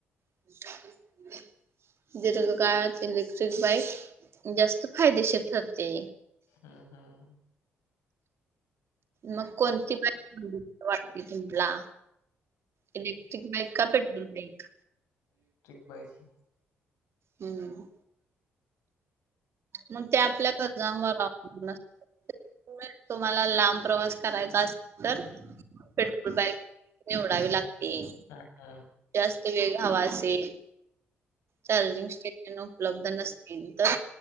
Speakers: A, on the right; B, on the left.
A: <unintelligible> काय इलेक्ट्रिक बाईक जास्त फायदेशीर ठरते.
B: हम्म हम्म.
A: मग कोणती बाईक <unintelligible> वाटते तुम्हाला? Electric bike, petrol bike?
B: बघायची.
A: हम्म. मग त्या आपल्या गरजांवर अवलंबून असते. तर तुम्हाला लांब प्रवास करायचा असेल तर पेट्रोल बाईक निवडावी लागते.
B: हा हा.
A: जास्त वेग हवा असेल, चार्जिंग स्टेशन उपलब्ध न तर